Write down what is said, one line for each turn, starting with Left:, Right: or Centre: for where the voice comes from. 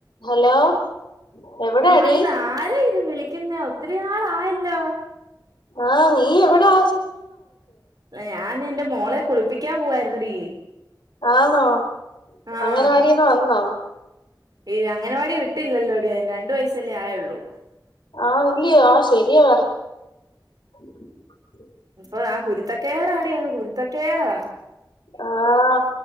Left: Hello എവിടാടി
Right: ആഹ ഇതാരഇത് വിളിക്കുന്നേ ഒത്തിരിനാളായല്ലോ
Left: ആഹ നീഎവിടെ?
Right: ഞാനന്റെമോളെ കുളിപ്പിക്കാൻ പോവായിരുന്നെടി..
Left: ആന്നൊ
Right: ആഹ്
Left: അങ്ങനവാടീന്ന് വന്നോ?
Right: ഈ അങ്ങനവാടിവിട്ടില്ലല്ലോടി അതിന് രണ്ട് വയസ്സല്ലേആയൊള്ളൂ.
Left: ആഹ ഇല്ലിയോ ആശരിയാ <unintelligible>
Right: അപ്പൊഅ കുരുത്തക്കേടാടിയന്ന് കുരുത്തക്കേടാ..
Left: ആഹ